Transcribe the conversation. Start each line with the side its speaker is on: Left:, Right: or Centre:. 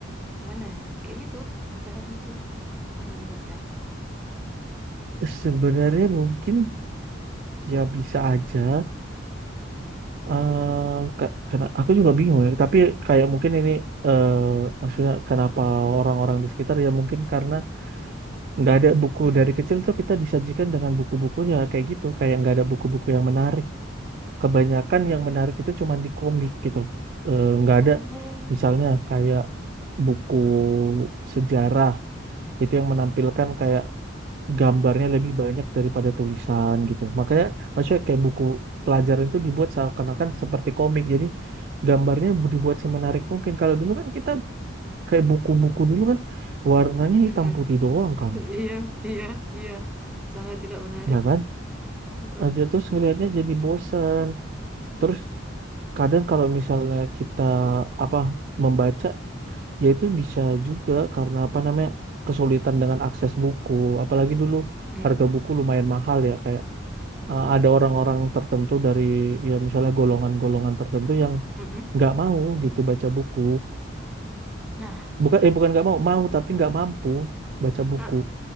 Centre: Gimana? Kayak gitu, cara gitu, cara membaca.
Right: Sebenarnya mungkin ya bisa aja. eh ke- kena, aku juga bingung ya. Tapi kayak mungkin ini eh maksudnya kenapa orang-orang di sekitar ya mungkin karena nggak ada buku
Centre: Hmm.
Right: dari kecil tuh kita disajikan dengan buku-buku ya kayak gitu. Kayak nggak ada buku-buku yang menarik kebanyakan yang menarik itu cuma di komik gitu. Eh, Nggak
Centre: Oh,
Right: ada misalnya kayak buku sejarah itu yang menampilkan kayak gambarnya lebih banyak daripada tulisan gitu. Makanya maksudnya kayak buku pelajaran itu dibuat seakan-akan seperti komik. Jadi gambarnya dibuat semenarik mungkin. Kalau dulu kan kita kayak buku-buku dulu kan warnanya
Centre: Mm-mm.
Right: hitam putih doang kan,
Centre: iya, iya, iya. Sangat tidak menarik.
Right: ya kan?
Centre: Heeh.
Right: Aja terus ngelihatnya jadi bosan. Terus kadang kalau misalnya kita apa membaca Ya itu bisa juga karena apa namanya kesulitan dengan akses buku. Apalagi dulu
Centre: Mm.
Right: harga buku lumayan mahal ya kayak eh, ada orang-orang tertentu dari ya misalnya golongan-golongan tertentu yang
Centre: Mm-mm.
Right: nggak mau gitu baca buku.
Centre: Nah,
Right: Bukan eh bukan nggak mau mau tapi nggak mampu baca buku.
Centre: Ah,